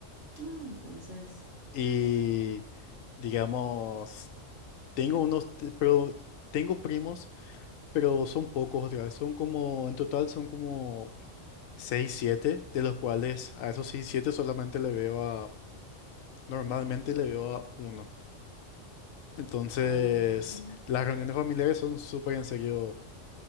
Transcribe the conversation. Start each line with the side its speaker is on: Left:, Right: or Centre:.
Right: Ah, entonces,
Left: Y digamos, tengo unos, t- pero tengo primos, pero son pocos otra vez. Son como, en total son como 6 7 de los cuales a esos 6 7 solamente le veo a, normalmente le veo a uno. Entonces,
Right: ah, entonces,
Left: las reuniones familiares son súper en serio